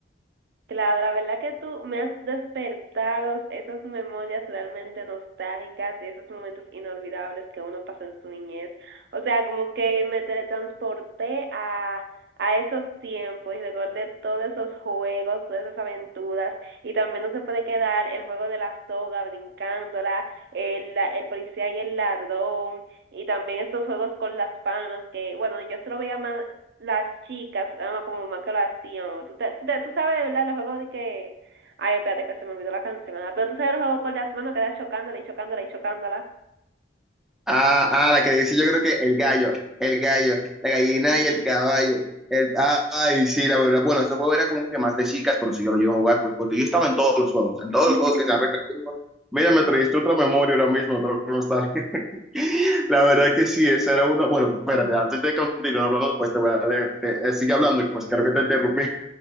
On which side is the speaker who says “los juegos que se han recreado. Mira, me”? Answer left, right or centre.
Centre